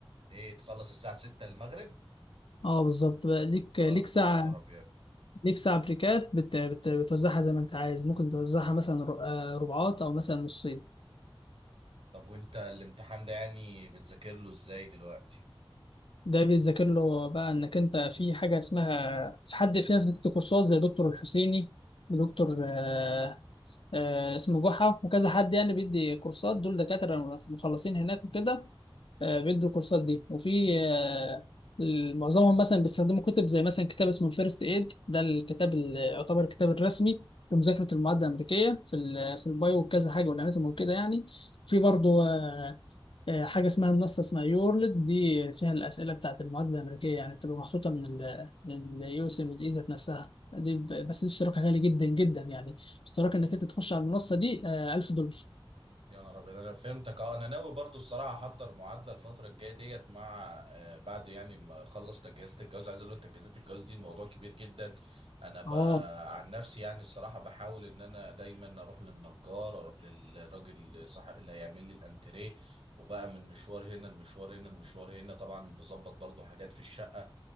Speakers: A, on the right; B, on the left.
A: ايه تخلص الساعة 6 المغرب
B: اه بالظبط بقى ليك
A: تهزر
B: ليك ساعة
A: يا نهار ابيض
B: ليك ساعة بريكات بت... بت... بتوزعها زي ما انت عايز ممكن توزعها مثلا ر- آه، ربعات او مثلا نصين
A: طب وانت الامتحان ده يعني بتذاكر له ازاي دلوقتي
B: ده بيذاكر له بقى انك انت في حاجه اسمها في حد في ناس بتدي كورسات زي دكتور الحسيني ودكتور آه، آه، اسمه جحا وكذا حد يعني بيدي كورسات دول دكاتره مخلصين هناك وكده آه، بيدوا الكورسات دي وفي آه، معظمهم مثلا بيستخدموا كتب زي مثلا كتاب اسمه الفيرست ايد ده الكتاب اللي يعتبر الكتاب الرسمي لمذاكره المعادله الامريكيه في ال- في البايو وكذا حاجه والاناتومي وكده يعني في برضه آه، آه، حاجة اسمها منصة اسمها يورلد دي فيها الأسئلة بتاعت المواد الأمريكية يعني بتبقى محطوطة من اليو اس ام دي ذات نفسها دي ب- بس دي اشتراكها غالي جدا جدا يعني اشتراك إنك أنت تخش على المنصة دي 1000 دولار
A: يا نهار ابيض انا فهمتك اه انا ناوي برضو الصراحه احضر معادله الفتره الجايه ديت مع آه بعد يعني ما اخلص تجهيزات الجواز عايز اقول لك تجهيزات الجواز دي الموضوع كبير جدا انا ب...
B: اه
A: عن نفسي يعني الصراحه بحاول ان انا دايما اروح للنجار اروح للراجل صح اللي هيعمل لي الانتريه وبقى من مشوار هنا المشوار هنا المشوار هنا طبعا بظبط برضو حاجات في الشقه